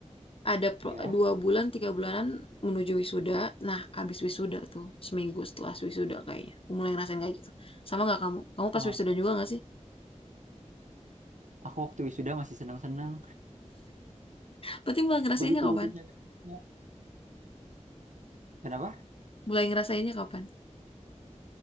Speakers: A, on the left (about 50°); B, on the right (about 85°).
A: ada pro-
B: Ya.
A: dua bulan tiga bulanan menuju wisuda. Nah, habis wisuda tuh seminggu setelah wisuda kayaknya. Aku mulai ngerasain kayak gitu. Sama nggak kamu? Kamu
B: Wah,
A: pas wisuda juga nggak sih?
B: aku waktu wisuda masih senang-senang.
A: Berarti mulai ngerasainnya
B: Begitu
A: kapan?
B: dosennya. ya. Kenapa?
A: Mulai ngerasainnya kapan?